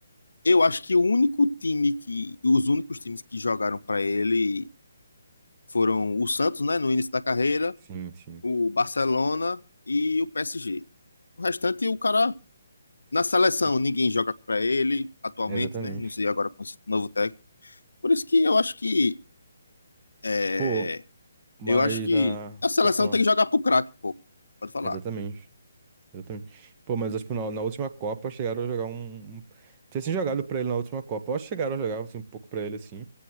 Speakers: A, on the left; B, on the right.
A: eu acho que o único time que. Os únicos times que jogaram para ele foram o Santos, né, no início da carreira,
B: sim, sim.
A: o Barcelona e o PSG. O restante, o cara. Na seleção,
B: É,
A: ninguém joga para ele atualmente,
B: Exatamente.
A: né? Não sei agora com esse novo técnico. Por isso que eu acho que. é,
B: Pô, mas
A: eu acho que
B: na.
A: a seleção
B: Pode falar.
A: tem que jogar pro craque, pô. Pode falar.
B: Exatamente. Exatamente. Pô, mas tipo, na, na última Copa chegaram a jogar um. um... Tinha assim jogado pra ele na última Copa. Eu acho que chegaram a jogar assim, um pouco pra ele assim.